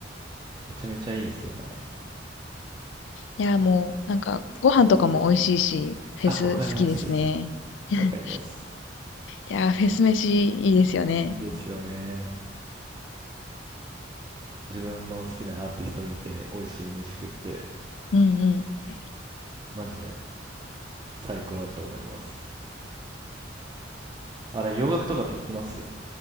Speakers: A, on the right (about 25°); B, on the left (about 70°).
A: めちゃめちゃいいですよね。
B: いや、もう、なんか、ご飯とかも美味しいし、フェス好きですね。
A: あ、わかります。
B: <laughs>
A: わかります。
B: いや、フェス飯いいですよね。
A: いいですよね。自分の好きなアーティスト見て、美味しい飯食って、
B: うんうん。
A: マジで最高だと思います。あれ、洋楽とかって聞きます